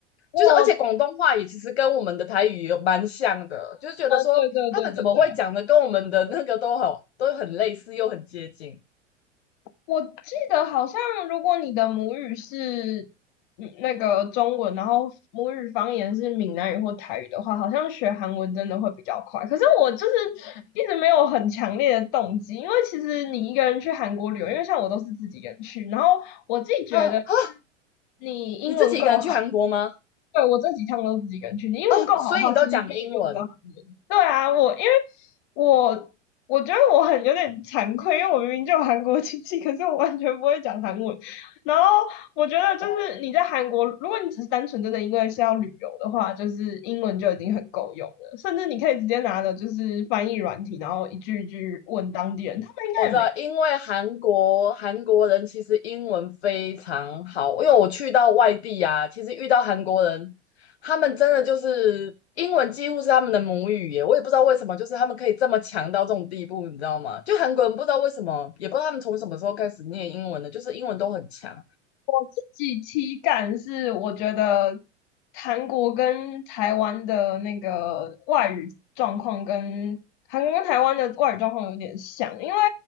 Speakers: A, on the left; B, on the left.
A: 我，
B: 就是而且广东话也其实跟我们的台语有蛮像的，就是觉得说他们怎么会讲的跟我们的那个都很都很类似又很接近
A: 对对对对对，我记得好像，如果你的母语是嗯那个中文，然后母语方言是闽南语或台语的话，好像学韩文真的会比较快。可是我就是一直没有很强烈的动机，因为其实你一个人去韩国旅游，因为像我都是自己一个人去，然后我自己觉得
B: 啊啊！
A: 你英文够好。
B: 你自己一个人去韩国吗？
A: 对，我这几趟都自己一个人去，你英文够好的话，
B: 哦，所以你都讲英文
A: 其实根本用不到韩文。对啊，我因为我我觉得我很有点惭愧，因为我明明就有韩国亲戚，可是我完全不会讲韩文。然后我觉得就是你在韩国，
B: 哦
A: 如果你只是单纯真的因为是要旅游的话，就是英文就已经很够用了，甚至你可以直接拿着就是翻译软体，然后一句一句问当地人，他们应该也没
B: 我知道，因为韩国韩国人其实英文非常好，因为我去到外地啊，其实遇到韩国人，他们真的就是英文几乎是他们的母语耶，我也不知道为什么，就是他们可以这么强到这种地步，你知道吗？就韩国人不知道为什么，也不知道他们从什么时候开始念英文的，就是英文都很强，
A: 自己体感是，我觉得韩国跟台湾的那个外语状况跟韩国跟台湾的外语状况有点像，因为